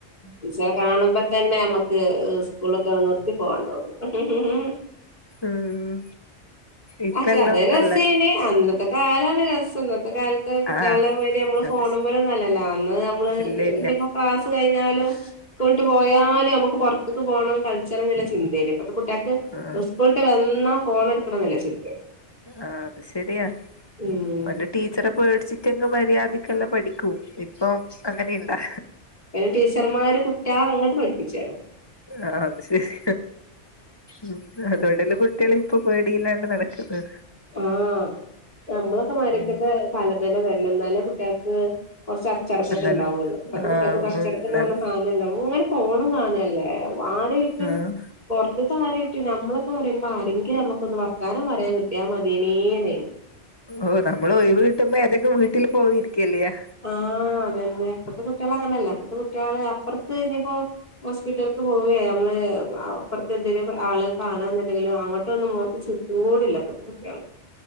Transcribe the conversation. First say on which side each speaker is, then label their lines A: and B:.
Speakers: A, on the left (about 40°); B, on the left (about 25°).
A: ടീച്ചറെ കാണുമ്പോ തന്നെ അമ്മക്ക് സ്കൂളൊക്കെ നിർത്തി പോവാൻ തോന്നും മ്ഹ്-
B: ഊം ഇപ്പെല്ലോം
A: പക്ഷെ അത് രസേന്
B: നല്ലെ
A: അന്നത്തെ കാലാണ് രസം ഇന്നത്തെ കാൽത്ത് കുട്ട്യേള്നെ
B: ആഹ്
A: മായ്രി അമ്മള് ഫോണ്‌മലൊന്നു
B: അത് ശ
A: അല്ലല്ലാ അന്ന് മ്മ്ള്
B: ഇല്ല ഇല്ല
A: ഞ്ഞി പ്പൊ പാസ് കഴിഞ്ഞാലും സ്കൂട്ട് പോയാലു മക്ക് പൊർത്ത്ക്ക് പോണം കളിച്ചണം ചിന്തേന് ഇപ്പത്തെ കുട്ട്യേക്ക്
B: ആഹ്
A: സ്കൂള്ട്ട് വന്നാ ഫോൺ എടുക്കണം എന്ന്ളള ചിന്തെ
B: ആഹ് അത് ശെരിയാ
A: ഉം
B: പ ടീച്ചറെ പേടിച്ചിട്ടെങ്ങ് മര്യാദക്കല്ലം പഠിക്കൂ ഇപ്പം അങ്ങനെയിണ്ടാ.
A: അയിന് ടീച്ചർമാര് കുട്ടികളെ അങ്ങട്ട് പഠിപ്പിച്ചാണ്
B: ആഹ് അത് ശെരി ഉം അതോണ്ടെല്ലെ കുട്ട്യേളിപ്പൊ പേടിയില്ലാണ്ട് നടക്ക്ന്ന്
A: ആഹ് നമ്മളൊക്കെ മാരിക്കത്തെ
B: ഉം
A: കാലംതന്നെ വരണം എന്നാലെ കുട്ട്യേൾക്ക് കുറച്ച് അച്ചടക്കൊക്കെ
B: എന്നാല്
A: ഉണ്ടാവുള്ളൂ ഇപ്പഴത്തെ കുട്ടികൾക്കൊക്കെ
B: ആഹ്
A: അച്ചടക്കന്ന്പറഞ്ഞ
B: എന്നാല്
A: സാനല്ല ഇങ്ങനെ ഫോണും കാണല്ലേ. ആരെയ്റ്റും
B: ആഹ്
A: പൊർത്ത്ത്തെ ആരെയ്റ്റും ഞമ്മളൊക്കെ പറീമ്പോ ആരെങ്കിലൊമ്മക്കൊന്ന് വർത്താനം പറയാ കി കിട്ടിയമതിയിനിന്ന്
B: ഓഹ് നമ്മള് ഒഴിവ് കിട്ടുമ്പോ ഏതെങ്ക് വീട്ടില് പോയിരിക്കല്ലെയ്യാ
A: ആഹ് അതന്നെ ഇപ്പത്തെ കുട്ട്യേള് അങ്ങനല്ല പ്പത്തെ കുട്ട്യേള് അപ്പറെത്ത് നിപ്പോ ഹോസ്പിറ്റല്ക്ക് പോവേ നമ്മള് അപ്പറത്തെ എന്തെങ്കിലും ആളെ കാണണെന്നുണ്ടെങ്കിലോ അങ്ങോട്ട് ഒന്ന് നോക്കിച്ച ചൂടില്ല പത്തെ കുട്ടിള്.